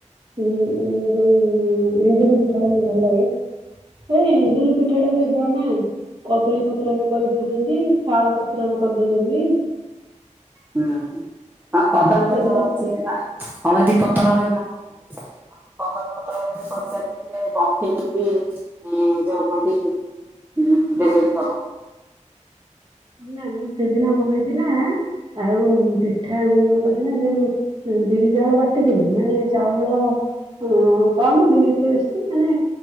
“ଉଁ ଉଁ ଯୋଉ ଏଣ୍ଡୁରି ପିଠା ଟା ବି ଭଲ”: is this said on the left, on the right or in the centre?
Right